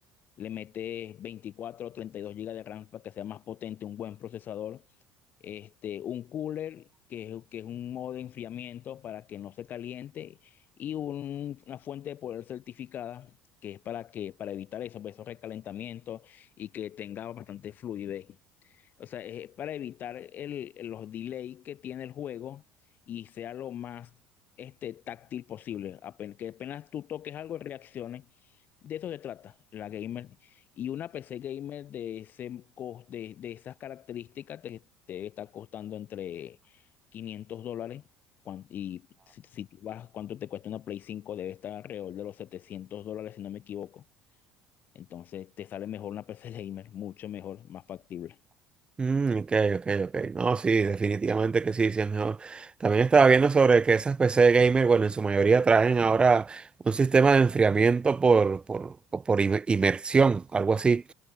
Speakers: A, on the left; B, on the right.
A: le metes 24 o 32 gigas de RAM para que sea más potente, un buen procesador este, un cooler, que es, que es un modo de enfriamiento para que no se caliente, y un- una fuente de poder certificada, que es para que, para evitar eso, pues, esos recalentamientos y que tenga bastante fluidez. O sea, es para evitar el, los delays que tiene el juego y sea lo más este, táctil posible. Apen- que apenas tú toques algo, reacciones. De eso se trata la gamer. Y una PC gamer de, ese, cos- de, de esas características te, te está costando entre 500 dólares. cuan- Y si, si tú vas, ¿cuánto te cuesta una Play 5? Debe estar alrededor de los 700 dólares, si no me equivoco. Entonces te sale mejor una PC gamer, mucho mejor, más factible.
B: Mm, ok, ok, ok. No, sí, definitivamente que sí, sí es mejor. También estaba viendo sobre que esas PC gamer, bueno, en su mayoría traen ahora un sistema de enfriamiento por, por, por im- inmersión, algo así.